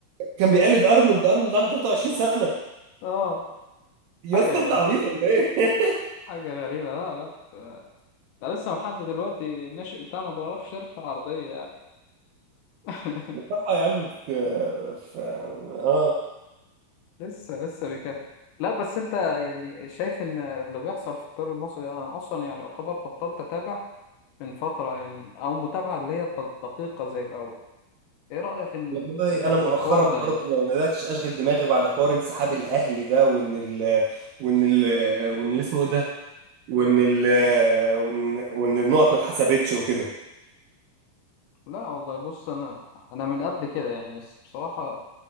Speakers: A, on the right (about 75°); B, on the left (about 80°).
A: كان بيقلد ارنولد ارنولد عنده 23 سنه
B: اه
A: يا
B: حاجه
A: اسطى انت
B: غريبه
A: عبيط ولا ايه؟ <laughs>
B: حاجه غريبه لا لا ده لسه لحد دلوقتي الناشئ بتاعنا ما بيعرفش يرفع عرضية يعني <laughs>
A: بصراحة يا عم في في اه
B: لسه لسه بيكافح لا بس انت يعني شايف ان اللي بيحصل في الدوري المصري ده، انا اصلا يعني اعتبر بطلت اتابع من فترة يعني او متابعة اللي هي دقيقة زي الاول ايه رأيك ان-
A: والله
B: في في-
A: انا مؤخرا
B: في الحوار ده
A: برضو
B: يعني
A: ما بداتش اشغل دماغي بعد حوار انسحاب الاهلي ده وان ال وان ال وان اللي اسمه إيه ده وان ال وان وان النقط ما اتحسبتش وكده
B: لا والله بص انا انا من قبل كده يعني بس بصراحة